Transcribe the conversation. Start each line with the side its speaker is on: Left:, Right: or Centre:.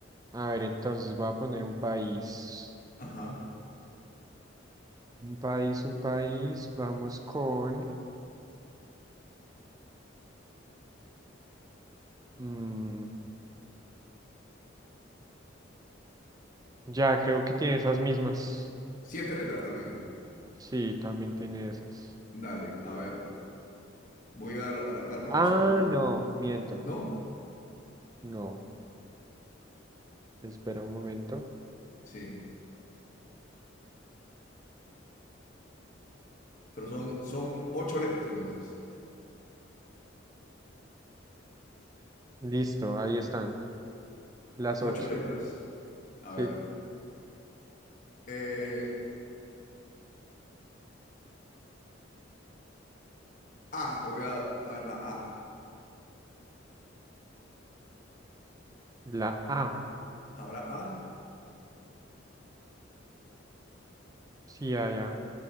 Right: A ver, entonces voy a poner un país.
Left: Ajá.
Right: Un país, un país, vamos con... mm, ya, creo que tiene esas mismas.
Left: Siete letras también.
Right: Sí, también tiene esas.
Left: Dale, a ver. Voy a arrancar por
Right: Ah,
Left: lo seguro.
Right: no, miento.
Left: ¿No?
Right: No, espera un momento.
Left: Sí. Pero son, son ocho letras entonces.
Right: Listo, ahí están. Las
Left: Ocho
Right: ocho.
Left: letras. A ver.
Right: Sí,
Left: Eh, A, te voy a, a ver la A.
Right: la A.
Left: Ahora A.
Right: Sí, allá.